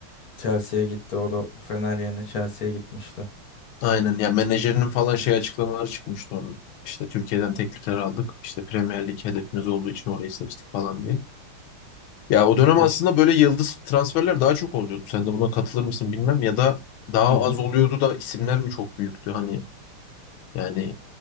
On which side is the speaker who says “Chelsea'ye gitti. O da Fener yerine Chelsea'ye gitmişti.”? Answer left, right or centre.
Left